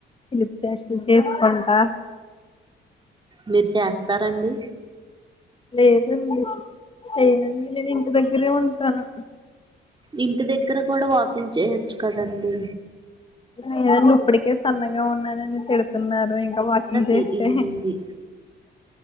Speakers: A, on the left; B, on the right.
A: చిలిపి చేష్టలు చేసుకుంటా
B: మీరు చేస్తారండి
A: లేదండి చేయనండి నేను ఇంటి దగ్గరే ఉంటాను
B: ఇంటి దగ్గర కూడా వాకింగ్ చేయచ్చు కదండి
A: లేదండి ఇప్పటికే సన్నగా ఉన్నానని తిడతున్నారు ఇంకా వాకింగ్
B: మదతి
A: చేస్తే
B: ఈనీంది